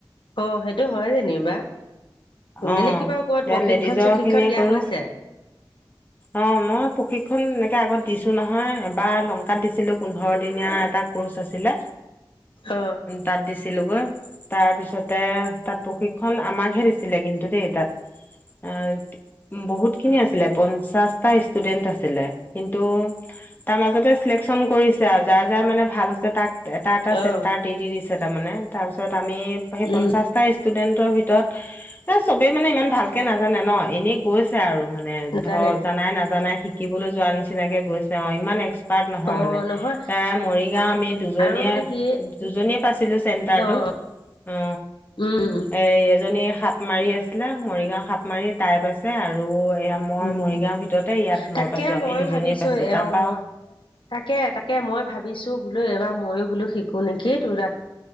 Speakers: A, on the left; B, on the left.
A: অ সেইটো হয় যেনিবা
B: অ
A: এনে কিবা ক'বাত
B: এতিয়া
A: প্ৰশিক্ষণ
B: লেডিজৰ
A: চশিক্ষণ
B: খিনিয়ে
A: দিয়া
B: কৰো
A: হৈছে
B: অ মই প্ৰশিক্ষণ এনেকে আগত দিছো নহয় এবাৰ লংকাত দিছিলো পোন্ধৰ দিনীয়া এটা কৰ্চ আছিলে
A: অ
B: তাত দিছিলো গৈ তাৰপিছতে তাত প্ৰশিক্ষণ আমাকহে দিছিলে কিন্তু দেই তাত। অ বহুত খিনি আছিলে পঞ্চাশটা ষ্টুডেন্ট আছিল। কিন্তু তাৰ মাজতে চিলেকন কৰিছে আৰু যাৰ যাৰ মানে ভাল হৈছে তাক। এটা এটা চেণ্টাৰ
A: অ
B: দি দি দিছে তাৰ মমানে তাৰপিছত। আমি সেই
A: উম
B: পঞ্চাশটা ষ্টুডেন্টৰ ভিতৰত। এ চবেই মানে ইমান ভালকে নাজানে ন এনেই গৈছে আৰু মানে
A: নাজানে
B: ধৰ জানাই নাজানাই শ। শিকিবলৈ যোৱা নিচিনাকে গৈছে অ ইমান। নহয়
A: অ
B: মানে
A: নহয়
B: মৰি গাওঁ আমি দুজনীয়ে
A: আৰু মানে কি
B: দুজনীয়ে পাইছিলোঁ চেন্টাৰটো
A: অ।
B: অ
A: উম
B: এ এজনী সাত। সাপ মাৰি আছিলে মৰিগাঁও সাপমাৰি টাইপ আছে আৰু। এয়া মই
A: উম
B: মৰিগাঁৱৰ ভিতৰতে ইয়াত
A: তাকে
B: মই পাইছো আমি
A: ময়ো
B: দুজনীয়ে
A: ভাবিছো
B: পাইছো
A: এ
B: তাত।
A: অ মই তাকে তাকে মই ভাবিছো বোলো এইবাৰ মইয়ো বোলো শিকো। কোনেকেই ত উৰা।